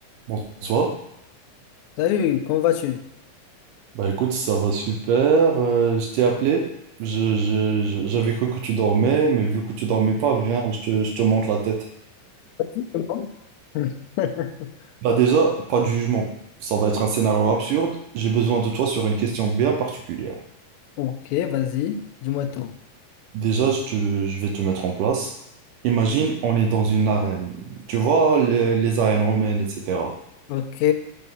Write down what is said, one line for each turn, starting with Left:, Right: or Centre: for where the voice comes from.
Right: Bonsoir.
Left: Salut, comment vas-tu?
Right: Bah écoute, ça va super. Euh, je t'ai appelé. Je, je- je- j'avais cru que tu dormais, mais vu que tu dormais pas, viens, je te, je te montre la tête.
Left: Vas-y, c'est moi. <laughs>
Right: Bah déjà, pas de jugement. Ça va être un scénario absurde. J'ai besoin de toi sur une question bien particulière.
Left: Ok, vas-y, dis-moi tout.
Right: Déjà, je te- je vais te mettre en place. Imagine, on est dans une arène. Tu vois, les, les arènes romaines, etc.
Left: Ok.